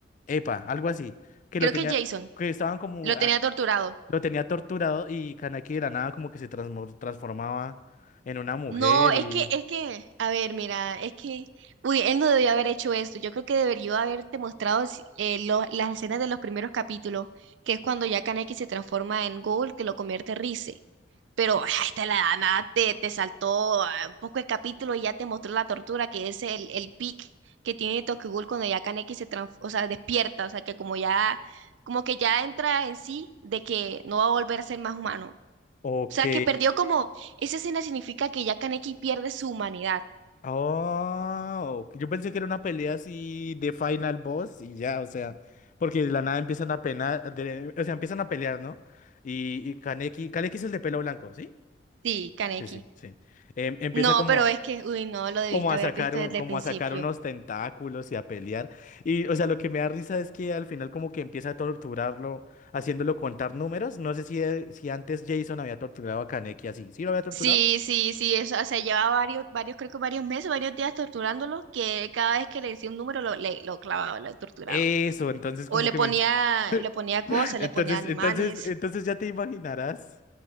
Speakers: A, on the left (about 45°); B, on the right (about 80°).
A: Epa, algo así, que
B: Creo
A: lo tenía,
B: que Jason
A: que estaban como,
B: lo
A: ah,
B: tenía torturado.
A: lo tenía torturado y Kaneki de la nada como que se transmor- transformaba en una mujer
B: No, es
A: y...
B: que, es que, a ver, mira, es que, uy, él no debió haber hecho esto. Yo creo que debería haberte mostrado si- eh, lo- las escenas de los primeros capítulos, que es cuando ya Kaneki se transforma en Ghoul, que lo convierte en Rize. Pero ah, esta la edad, nada, te, te saltó ah, un poco el capítulo y ya te mostró la tortura, que es el, el pic que tiene Tokyo Ghoul cuando ya Kaneki se trans- o sea, despierta, o sea, que como ya, como que ya entra en sí de que no va a volver a ser más humano.
A: Ok.
B: O sea, que perdió como, esa escena significa que ya Kaneki pierde su humanidad.
A: Oh, yo pensé que era una pelea así de Final Boss y ya, o sea, porque de la nada empiezan a penar, de- o sea, empiezan a pelear, ¿no? Y, y Kaneki, Kaneki es el de pelo blanco, ¿sí?
B: Sí, Kaneki.
A: Sí, sí, sí. Em, empieza
B: No,
A: como,
B: pero es que, uy, no, lo debiste
A: como a
B: haber
A: sacar,
B: visto
A: un-
B: desde
A: como
B: el principio.
A: a sacar unos tentáculos y a pelear. Y, o sea, lo que me da risa es que al final como que empieza a torturarlo, haciéndolo contar números. No sé si, eh, si antes Jason había torturado a Kaneki así. ¿Sí lo había torturado?
B: Sí, sí, sí, eso, o sea, llevaba varios, varios, creo que varios meses, varios días torturándolo, que cada vez que le decía un número lo, le, lo clavaba, lo torturaba.
A: Eso, entonces
B: O
A: como
B: le
A: que
B: ponía,
A: me... <laughs>
B: le ponía cosas,
A: Entonces,
B: le ponía animales.
A: entonces, entonces ya te imaginarás